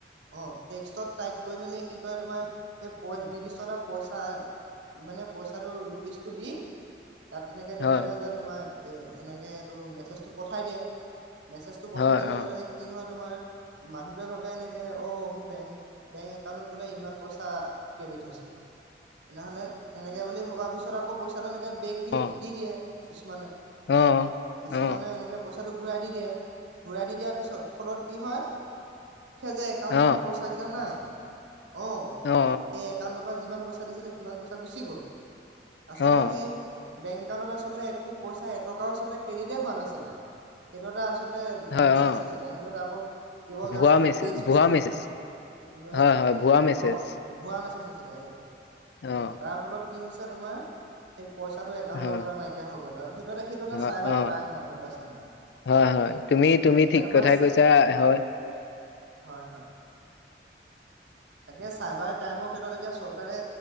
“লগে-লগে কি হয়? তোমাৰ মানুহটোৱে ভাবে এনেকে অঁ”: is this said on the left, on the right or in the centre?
Right